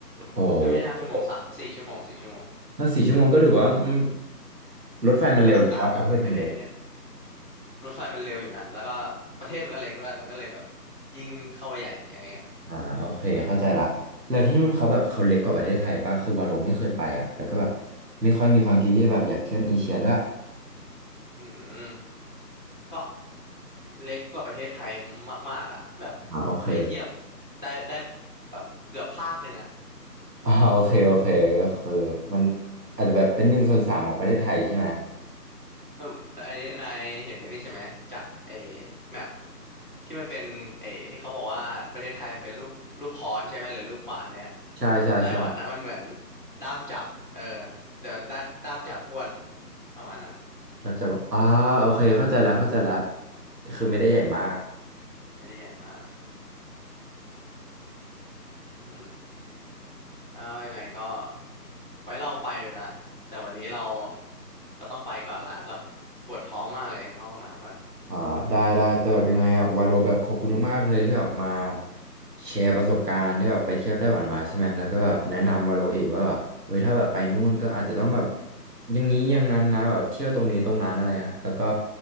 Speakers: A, on the right; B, on the left.
A: โอ้
B: เอ้ยไม่ใช่ห้าชั่วโมงสามสี่ชั่วโมงสี่ชั่วโมง
A: แล้วสี่ชั่วโมงก็ถือว่าอืมรถไฟมันเร็วหรือว่าประเทศมันเร็ว
B: ก็กลางๆอ่ะมันไม่ได้เนี่ยรถไฟมันเร็วอยู่นะแล้วก็ประเทศมันก็เล็กด้วยมันก็เลยแบบยิ่งเข้าไปใหญ่อย่างเงี้ย
A: อ่าโอเคเข้าใจละแล้วที่นู่นเขาแบบเขาเล็กกว่าประเทศไทยป่ะคือวาโลไม่เคยไปอ่ะแล้วก็แบบไม่ค่อยมีความคิดที่แบบอยากเที่ยวในเอเชียด้วยอ
B: อืมก็เล็กกว่าประเทศไทยมากๆอ่ะแบบ
A: ่าโอเค
B: ให้เทียบได้ได้แบบเกือบภาคหนึ่งอ่ะ
A: <laughs> อ่าโอเคโอเคก็คือมันอาจจะแบบเป็นหนึ่งส่วนสามของประเทศไทยใช่ไหม
B: เอออันนี้นายเห็นอันนี้ใช่ไหมจากไอ้แมปที่มันเป็นไอ้ที่เขาบอกว่าประเทศไทยมันเป็นรูปรูปค้อนใช่ไหมหรือรูปขวานเนี่ย
A: ใช่ใช่ใช่
B: ไต้หวันนะมันเหมือนด้ามจับเออแต่มันด้านด้ามจับอ้วนประมาณนั้น
A: ก็จะแบบอ่าโอเคเข้าใจละเข้าใจละก็คือไม่ได้ใหญ่มาก
B: ไม่ได้ใหญ่มากอือฮึอ่ายังไงก็ไว้ลองไปดูนะแต่วันนี้เราก็ต้องไปก่อนละเราปวดท้องมากเลยเข้าห้องน้ำก่อน
A: อ่าได้ได้แต่แบบยังไงอะวาโลแบบขอบคุณมากๆเลยที่แบบมาแชร์ประสบการณ์ที่แบบไปเที่ยวไต้หวันมาใช่ไหมแล้วก็แบบแนะนำวาโลเอกว่าแบบเอ้ยถ้าแบบไปนู่นก็อาจจะต้องแบบอย่างนี้อย่างนั้นนะแบบเที่ยวตรงนี้ตรงนั้นอะไรฮะแล้วก็